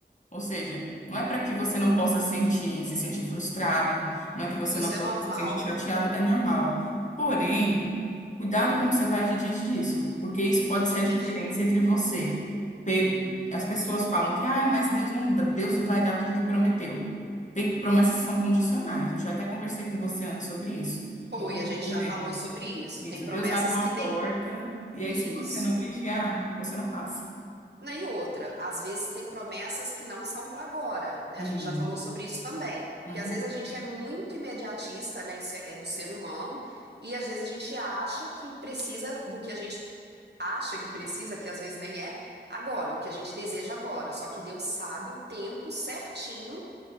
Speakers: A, on the left; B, on the right.
A: Ou seja, não é para que você não possa sentir, se sentir frustrado, não é que você
B: Isso
A: não possa
B: é normal,
A: se sentir chateado, é normal. Porém, cuidado como você vai agir diante disso, porque isso pode ser
B: entendi.
A: a diferença entre você. pe- As pessoas falam que, ah, mas Deus não, dá- Deus vai dar tudo o que prometeu. Tem promessas que são condicionais. Eu já até conversei com você antes sobre isso.
B: Foi,
A: Então,
B: a
A: por
B: gente já
A: exemplo,
B: falou sobre isso.
A: isso,
B: Tem promessas
A: Deus abre uma
B: que nem
A: porta, e aí
B: Isso.
A: se você não vigiar, você não passa.
B: Na- E outra, às vezes tem promessas que não são para agora, né?
A: E,
B: A gente já falou sobre isso também. Porque
A: Uhum.
B: às vezes a gente é muito imediatista, né? Isso é é do ser humano, e às vezes a gente acha que precisa do que a gente acha que precisa, que às vezes nem é, agora, o que a gente deseja agora. Só que Deus sabe o tempo certinho,